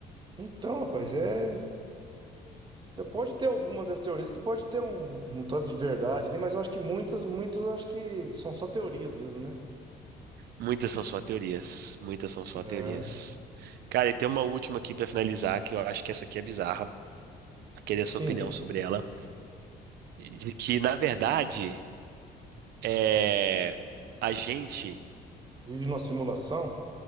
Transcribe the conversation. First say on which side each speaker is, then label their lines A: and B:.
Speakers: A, on the right; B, on the right.
A: Então, rapaz, é. Pode ter alguma das teorias que pode ter um, um tanto de verdade, né? Mas eu acho que muitas, muitas eu acho que são só teorias mesmo, né?
B: Muitas são só teorias. Muitas são só
A: É.
B: teorias. Cara, e tem uma última aqui pra finalizar, que eu acho que essa aqui é bizarra. Queria sua
A: Sim,
B: opinião sobre ela. De que, na verdade, é... a gente.
A: vive numa simulação.